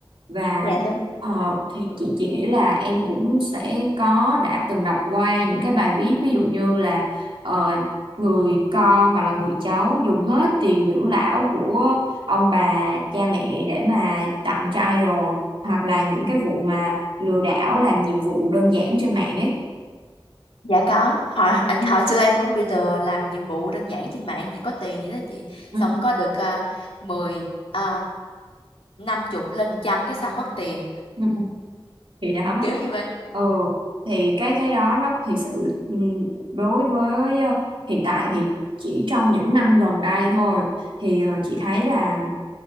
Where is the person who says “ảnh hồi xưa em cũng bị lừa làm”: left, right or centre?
Left